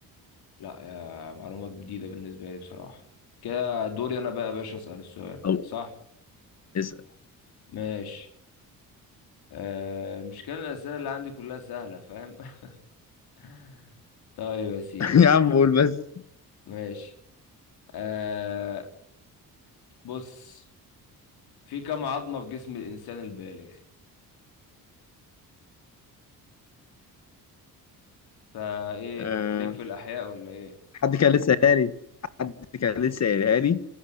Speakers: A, on the left; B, on the left.
A: لا يا معلومة جديدة بالنسبة لي بصراحة كده دوري أنا بقى يا باشا أسأل السؤال
B: او
A: صح
B: اسأل
A: ماشي آه المشكلة إن الأسئلة اللي عندي كلها سهلة فاهم <laughs> طيب يا سيدي
B: <laughs> يا عم قول بس
A: ماشي آه بص في كم عظمة في جسم الإنسان البالغ فإيه
B: آه،
A: ليك في الأحياء ولا إيه
B: حد كان لسه قايلها لي حد كان لسه قايلها لي